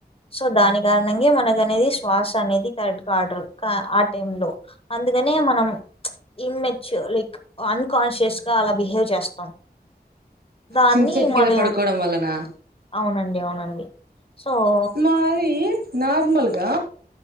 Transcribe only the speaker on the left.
సో దాని కారణంగా మనకు అనేది శ్వాస అనేది కరెడ్ కడర్ ఆ టై లో అందుకనే మనం ప్చ్ ఇన్ మెట్యూర్ లైక్ అన్కాన్షియస్ గా అలా బిహేవ్ చేస్తాం దాన్ని
మన
అవునండి అవునండి సో